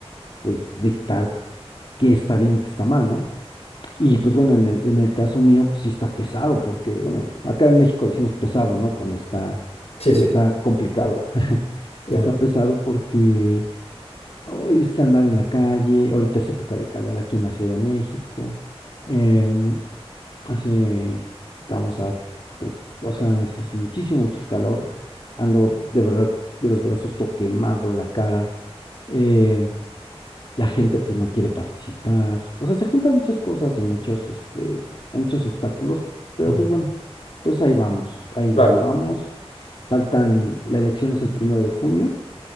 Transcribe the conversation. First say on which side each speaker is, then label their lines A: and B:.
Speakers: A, on the left; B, on the left.
A: pues dictar qué está bien y qué está mal, ¿no? Y pues bueno, en el, en el caso mío, pues sí está pesado, porque bueno, acá en México decimos pesado, ¿no? Cuando está,
B: Sí, sí,
A: está complicado. <laughs>
B: claro,
A: Está pesado porque Hoy es andar en la calle, ahorita es época de calor aquí en la Ciudad de México. em, hace, estamos a, to- o sea, es- hace muchísimo, mucho calor. Ando de verdad de los brazos todo quemado, la cara. em, la gente pues no quiere participar. O sea, se juntan muchas cosas y muchos, este, hay muchos obstáculos, pero
B: Ujú,
A: pues bueno, pues ahí vamos, ahí
B: claro,
A: la llevamos. Faltan, la elección es el primero de junio.